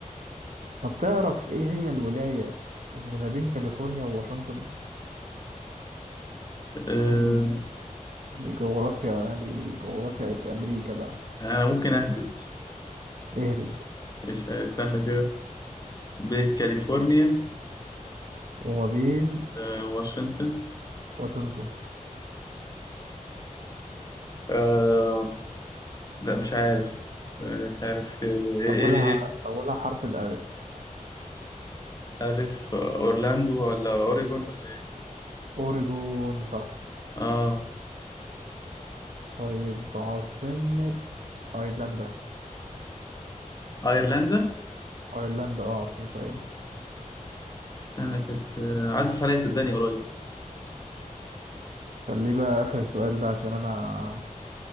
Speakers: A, on the right; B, on the left.
A: طب تعرف ايه هي الولايه اللي ما بين كاليفورنيا وواشنطن
B: آه
A: دي دي جغرافيا يعني جغرافيا امريكا بقى
B: انا ممكن اهبط
A: اهبط
B: ايش استنى كده بين كاليفورنيا
A: وما بين
B: آه واشنطن
A: واشنطن
B: آه لا مش عارف آه مش عارف آه، ايه
A: أولها
B: ايه ايه
A: أولها حرف الألف
B: ألف آه، أورلاندو ولا أوريجون ولا إيه؟
A: أوريجون صح
B: آه
A: طيب عاصمة أيرلندا
B: ايرلندا
A: أيرلندا اه عاصمتها ايه
B: استنى كانت آه، عدت عليا صدقني قريب
A: خليه بقى آخر سؤال ده عشان أنا